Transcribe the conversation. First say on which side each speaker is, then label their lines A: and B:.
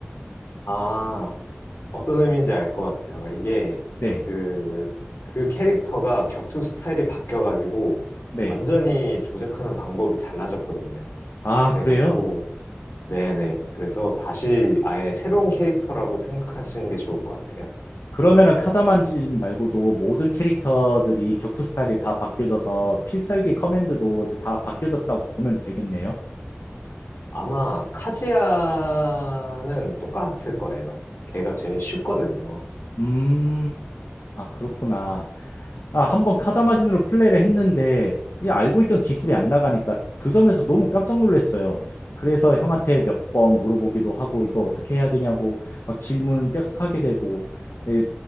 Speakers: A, on the left; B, on the left.
A: 아, 어떤 의미인지 알 것 같아요. 이게
B: 네,
A: 그, 그 캐릭터가 격투 스타일이 바뀌어가지고
B: 네.
A: 완전히 조작하는 방법이 달라졌거든요.
B: 아,
A: 그래가지고,
B: 그래요?
A: 네네. 그래서 다시 아예 새로운 캐릭터라고 생각하시는 게 좋을 것 같아요.
B: 그러면은 카자만진 말고도 모든 캐릭터들이 격투 스타일이 다 바뀌어져서 필살기 커맨드도 이제 다 바뀌어졌다고 보면 되겠네요.
A: 아마 카지아는 똑같을 거예요. 걔가 제일 쉽거든요.
B: 음, 아, 그렇구나. 아, 한번 카자마진으로 플레이를 했는데 이 알고 있던 기술이 안 나가니까 그 점에서 너무 깜짝 놀랐어요. 그래서 형한테 몇 번 물어보기도 하고 이거 어떻게 해야 되냐고 막 질문 계속 하게 되고 예,